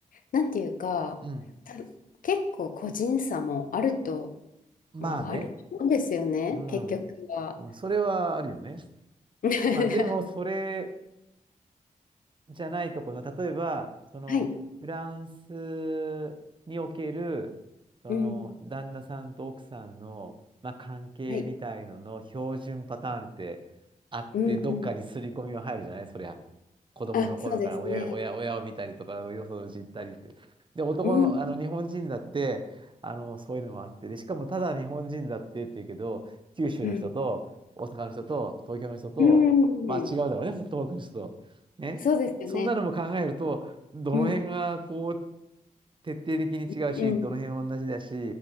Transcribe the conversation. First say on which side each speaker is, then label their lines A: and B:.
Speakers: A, on the left; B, on the right.
A: なんていうか、
B: うん。
A: 多分結構個人差もあると、
B: まあね、
A: まあ、あると思うんですよね、
B: うん、
A: 結局は。
B: うん、それはあるよね。
A: <laughs>
B: まあ、でも、それ、じゃないところの、例えば、その、
A: はい。
B: フランスにおける、その、
A: うん。
B: 旦那さんと奥さんの、まあ、関係みたいのの標準パターンってあって、
A: はい。うん、
B: どっかに刷り込みは入るじゃないそりゃ。
A: うん。
B: 子供の頃から親、
A: あ、そうですね。
B: 親、親を見たりとか、よそを知ったりって。で、男の、
A: うん、
B: あの、日本人だって、あの、そういうのもあって、で、しかもただ日本人だってっていうけど、九州の人と、
A: うん。
B: 大阪の人と、東京の人と、
A: うん。
B: まあ違うだろうね、東北の人と。ね。
A: そうですよね。
B: そんなのも考えると、どの辺がこう、
A: うん。
B: 徹底的に違うし、
A: うん。うん。
B: どの辺は同じだし、